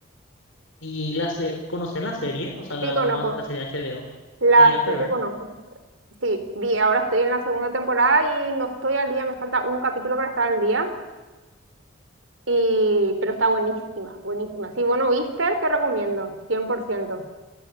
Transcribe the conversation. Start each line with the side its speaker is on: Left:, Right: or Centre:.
Left: Y la se- conocés la serie, o sea, la,
Right: Sí, conozco.
Left: nomás la serie HBO,
Right: La
Left: y llegaste
Right: serie
Left: a ver.
Right: conozco. Sí, vi, ahora estoy en la segunda temporada y no estoy al día, me falta un capítulo para estar al día. Y, pero está buenísima, buenísima. Si vos no viste, te recomiendo, cien por ciento